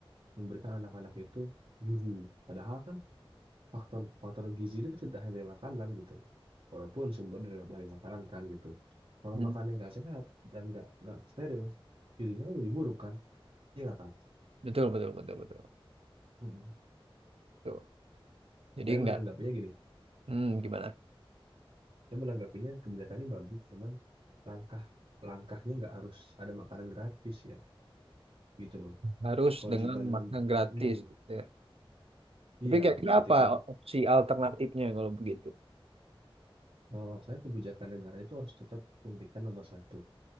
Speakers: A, on the right (about 70°); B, on the right (about 85°).
A: memberikan anak-anak itu gizi padahal kan faktor faktor gizi itu tidak hanya dari makanan gitu walaupun sumber dari, dari makanan kan gitu kalau
B: hmm.
A: makanan yang nggak sehat dan nggak nggak steril gizinya kan jadi buruk kan iya nggak kan
B: betul, betul, betul, betul,
A: Mhm.
B: betul. Jadi
A: saya
B: nggak,
A: menanggapinya gini
B: hmm, gimana?
A: Saya menanggapinya kebijakan ini bagus, cuman langkah langkahnya nggak harus ada makanan gratis ya, gitu loh.
B: harus
A: Kewajiban
B: dengan
A: mem
B: makan gratis
A: Mm,
B: gitu ya. Tapi
A: iya,
B: kira-kira
A: ketika
B: apa opsi alternatifnya kalau begitu?
A: eh, saya kebijakan negara itu harus tetap pendidikan nomor satu